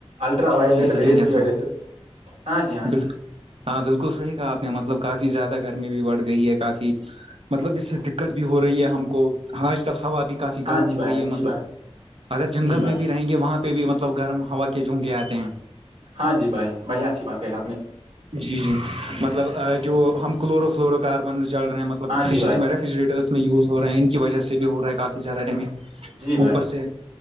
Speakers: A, on the right (about 80°); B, on the right (about 60°).
A: الٹرا
B: جی
A: ویلیٹ
B: جی سکن
A: ریز
B: کینسر
A: کی وجہ سے ہاں جی ہاں
B: بالکل
A: جی
B: ہاں بالکل صحیح کہا آپ نے مطلب کافی زیادہ گرمی بھی بڑھ گئی ہے کافی مطلب اس سے دقت بھی ہو رہی ہے ہم کو آج کل ہوا بھی کافی
A: ہاں
B: گرم
A: جی
B: ہو
A: بھائی
B: رہی
A: ہاں
B: ہے
A: جی
B: مطلب
A: بھائی
B: اگر جنگل
A: جی بھائی
B: میں بھی رہیں گے وہاں پہ بھی مطلب گرم ہوا کے جھونکے آتے ہیں
A: ہاں جی بھائی بڑی اچھی بات ہے آپ نے
B: جی جی مطلب جو ہم کلورو فلورو کاربنز جل رہے ہیں مطب مطل
A: ہاں
B: فریجز
A: جی بھائی
B: میں ریفریجریٹر میں یوز ہو رہے ہیں ان کی وجہ سے بھی ہو رہا ہے کافی زیادہ ڈیمیج
A: جی بھائی
B: اوپر سے